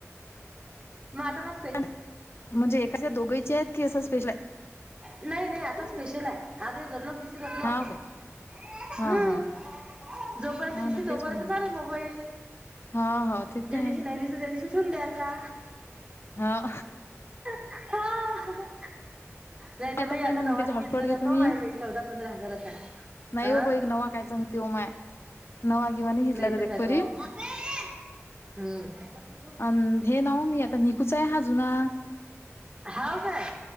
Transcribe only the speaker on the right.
म आता म
नाही नाही आता स्पेशल हाय, आज <unintelligible> दिसे <unintelligible>
हम्म
जोपर्यंत
दिसते
तोपर्यंत
चालुय मोबाईल,
ज्या
दिवशी नाही दिस त त्या दिवशी ठिऊन द्याचा.
हा. नाही तर
बाई आता
नवानी
घेतल्या जातो,
माय बाई चौदा पंधरा हजाराचा.
अ
नाही
तर काय
तो हम्म, काय करते तु?
<unintelligible>
हाव काय.